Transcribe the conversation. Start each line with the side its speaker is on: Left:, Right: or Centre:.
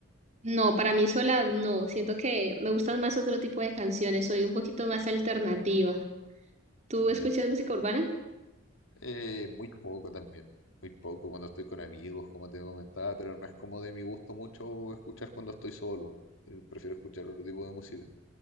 Right: No, para mí sola no. Siento que me gustan más otro tipo de canciones. Soy un poquito más alternativa. ¿Tú
Left: Ya.
Right: escuchas música urbana?
Left: Eh, muy poco también. Muy poco cuando estoy con amigos, como te comentaba, pero no es como de mi gusto mucho escuchar cuando estoy solo. Eh, Prefiero escuchar otro tipo de música.